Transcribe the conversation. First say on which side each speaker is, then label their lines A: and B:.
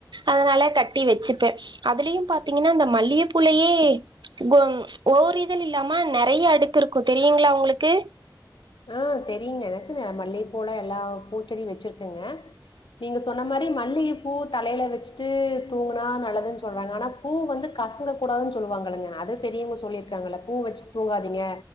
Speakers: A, on the right; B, on the left.
A: அதனால கட்டி வெச்சுப்பே அதுலியு பாத்தீங்கன்னா இந்த மல்லிகைப்பூலையே கொம் ஓர் இதழ் இல்லாமா நெறைய அடுக்கு இருக்கு தெரியுங்ளா உங்ளுக்கு
B: ஆ தெரிய்ங்க எனக்கு மல்லிகப்பூலா எல்லா பூச்செடியு வச்சிருக்கங்க நீங்க சொன்ன மாரி மல்லிகைப்பூ தலையில வச்சுட்டு தூங்குனா நல்லதுன்னு சொல்றாங்க அனா பூ வந்து கசங்க கூடாதுன் சொல்லுவாங்களங்க அது பெரியவங்க சொல்லியிருக்காங்கல பூ வச்சிட்டு தூங்காதீங்க